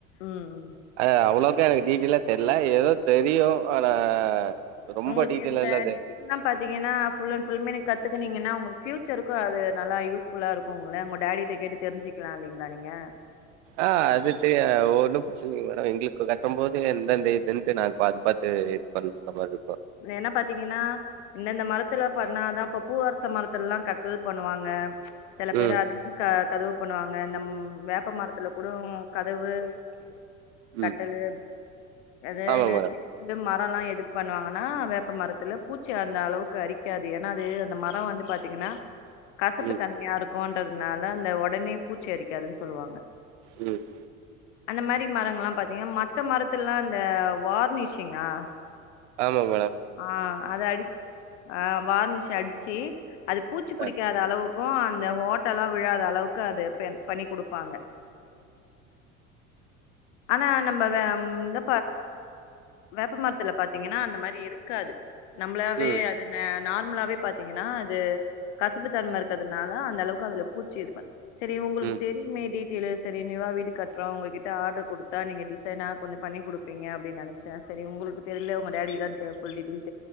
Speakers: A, on the left (about 60°); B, on the right (about 55°).
A: உம் உம்
B: அ அவ்ளோக்கா எனக்கு டீட்டெயலா தெரியல ஏதோ தெரியு ஆனா ரொம்ப
A: உங்களுக்கு
B: டீட்டெய்லா
A: இந்த
B: இல்ல அது
A: டீடெயில்ல பாத்தீங்கன்னா ஃபுல் அண்ட் ஃபுல்லுமே கத் து கிணேகான உங்களுக் பியூச்சருக்கு அது நல்லா யூஸ் ஃபுல்லா இருக்கும்ங்கள உங்க டாடிட்ட கேட்டு தெரிஞ்சுக்கலா இல்லைங்களா நீங்க
B: ஆ அதுக்கு ஒன்னு பிரச்சனை இல்ல மேடம் எங்களுக்கு கட்ட போது எந்தெந்த இதுன்னட்டு நா பாத்து பாத்து இது பண்ற மாரி
A: என்ன பாத்தீங்கன்னா இந்த இந்த மரத்துல பன்னாதா இப்ப பூவ செம் மரத்துலல்லா கட்டல் பண்ணுவாங்க சில பேரு
B: ம்
A: அதுல க்க கதவு பண்ணுவாங்க இந்த வேப்ப மரத்துலக் கூட கதவு
B: ம்
A: கட்டல் அதுன்னு
B: ஆமா மேடம்
A: ம ல்லா எதுக்கு பண்ணுவாங்க னா வேப்ப மரத்துல பூச்சி அந்த அளவுக்கு அரிக்காது ஏனா அது அந்த மரம் வந்து பாத்தீங்கன்னா கசப்பு
B: ம்
A: தன்மையா இருக் கும்றதுனால அந்த உடனே பூச்சி அரிக்காதுன்னு சொல்லுவாங்க
B: உம்
A: அந்த மாதிரி மரங்கள் எல்லா பாத்தீங்கான மத்த மரத்துலா இந்த வார்னிஷிங்கா
B: ஆமாங்
A: ஆ அத அடிச்சு ஆ வார்னிசு அடிச்சு அது பூச்சி பிடிக்காத
B: அ
A: அளவு அந்த ஓட்டலா விழாத அளவுக்கு அது பண்ணி கொடுப்பாங்க ஆனா நம்ம வே இந்த வேப்பமரத்துல பாத்தீங்கன்னா அந்த மாரி இருக்காது நம்மளாவே
B: ம்
A: அதன நார்மலாவே பாத்தீங்கன்னா அது கசப்பு தன்மை இருக்கறதுனால அந்த அளவுக்கு அதுல பூச்சி இது பண் சரி உங்களுக்கு
B: ம்
A: தெரி கேளு சரி நீ வா வீடு கட்டுறோ உங்ககிட்ட ஆர்டர் கொடுத்தா நீங்க டிசைனா கொஞ்ச பண்ணி கொடுப்பீங்க அப்படினு நினைச்சே சரி உங்களுக்கு தெரியல உங்க டாடிக்கு தா ஃபுல் டிடெயிலஸ்